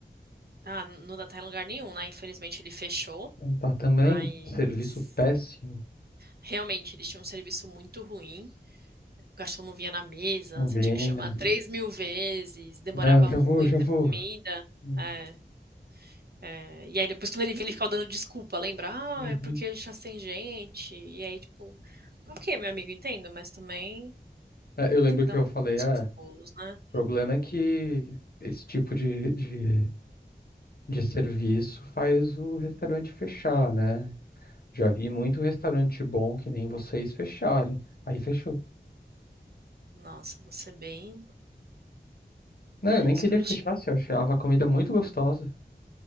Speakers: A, on the right; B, on the left.
A: Ah, não dá tá em lugar nenhum, né? Infelizmente ele fechou,
B: Não tá também.
A: mas
B: Serviço péssimo.
A: realmente eles tinham um serviço muito ruim. O garçom não vinha na mesa,
B: Não
A: você
B: venha.
A: tinha que chamar três mil vezes, demorava
B: Não, já
A: muito
B: vou, já vou.
A: a comida.
B: Hum,
A: É, é. E aí depois quando ele vinha, ele ficava dando desculpa, lembra? Ah,
B: uhum.
A: é porque já tem gente. E aí, tipo, ok, meu amigo, entendo, mas também
B: É, eu lembro
A: tem que dar
B: que eu
A: um pouco
B: falei,
A: dos
B: ah,
A: seus pulos, né?
B: o problema é que esse tipo de, de, de serviço faz o restaurante fechar, né? Já vi muito restaurante bom que nem vocês fecharem. Aí fechou.
A: Nossa, você é bem,
B: Não,
A: né,
B: eu nem
A: escrotinho.
B: queria que fechasse, eu achava a comida muito gostosa.